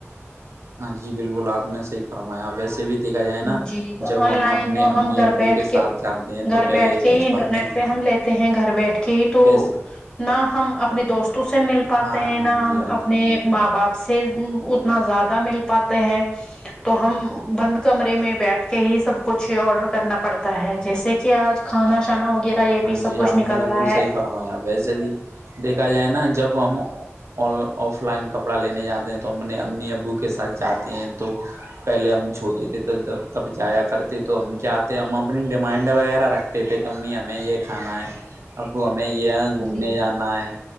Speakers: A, on the right; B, on the left.
A: ہاں جی بالکل آپ نے صحی فرمایا ویسے بھی دیکھا جائے نا
B: جی
A: جب
B: آن
A: ہم
B: لائن
A: اپنے
B: تو
A: امی
B: ہم گھر
A: ابو
B: بیٹھ
A: کے ساتھ جاتے ہیں
B: گھر
A: تو پہلے
B: بیٹھ کے
A: بچپن
B: ہی انٹرنیٹ
A: میں
B: پہ ہم لیتے ہیں گھر بیٹھ کے ہی تو
A: بس
B: نہ ہم اپنے دوستوں سے مل پاتے
A: ہاں
B: ہیں
A: ہاں
B: نہ
A: جی
B: ہم
A: ہاں
B: اپ
A: جی
B: اپنے ماں باپ سے اتنا زیادہ مل پاتے ہیں تو ہم بند کمرے میں بیٹھ کے ہی سب کچھ آرڈر کرنا پڑتا ہے جیسے کہ آج کھانا شانا وغیرہ یہ
A: ہاں
B: بھی سب
A: جی
B: کچھ
A: آپ
B: نکل
A: نے بالکل
B: رہا ہے
A: صحیح فرمایا ویسے بھی دیکھا جائے نا جب ہم اور آف لائن کپڑا لینے جاتے ہیں تو اپنے امی ابو کے ساتھ جاتے ہیں تو پہلے ہم چھوٹی تھھی تو جب جایا کرتے تو ہم کیا آتے ہم اپنی ڈیمانڈ وغیرہ رکھ پی پے کمیمی ہمیں یہ کھانا ہے اب ہمیں یہ گھومنے
B: جی
A: جانا ہے